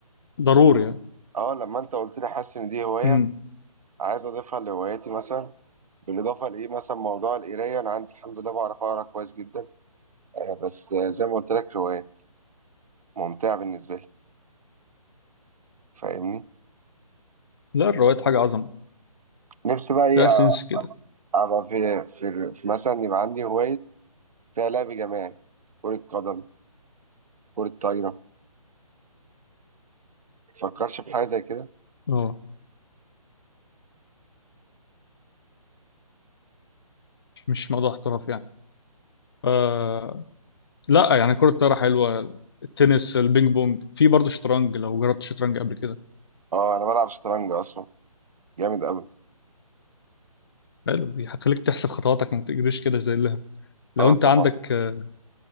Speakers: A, on the left; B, on the right.
A: ضروري يعني.
B: اه لما انت قلت لي حاسس ان دي هوايه
A: امم
B: عايز اضيفها لهواياتي مثلا بالاضافه لايه مثلا موضوع القرايه انا عندي الحمد لله بعرف اقرا كويس جدا آه، بس آه، زي ما قلت لك روايه ممتعه بالنسبه لي فاهمني
A: لا الروايات حاجة عظمة
B: نفسي بقى ايه
A: فيها
B: أ-
A: سنس كده
B: ابقى في, في, في مثلا يبقى عندي هوايه فيها لعب جماعي كره قدم كره طايره متفكرش في حاجه زي كده
A: اه مش موضوع احتراف يعني آه لا يعني كرة الطايرة حلوة التنس البينج بونج في برضه شطرنج لو جربت شطرنج قبل كده
B: اه انا بلعب شطرنج اصلا جامد قوي
A: حلو دي هتخليك تحسب خطواتك ما تجريش كده زي اللهم لو
B: اه
A: انت
B: طبعا
A: عندك آه،